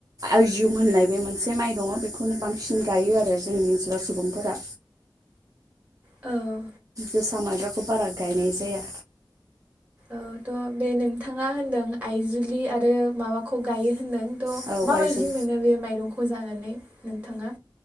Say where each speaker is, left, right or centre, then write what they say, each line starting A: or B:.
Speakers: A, on the right; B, on the right.
A: आयजुम होननाय बे मोनसे माइ दङ बेखौनो बांसिन गायो आरो जोंनि ओनसोलाव सुबुंफोरा
B: औ
A: जोसा मायब्राखौ बारा गायनाय जाया।
B: ओ थ' बे नोंथाङा होनदों आइजुलि आरो माबाखौ गायो होनदों। थ'
A: औ
B: माबायदि
A: आइजुम
B: मोनो बे माइरंखौ जा नानै नोंथाङा?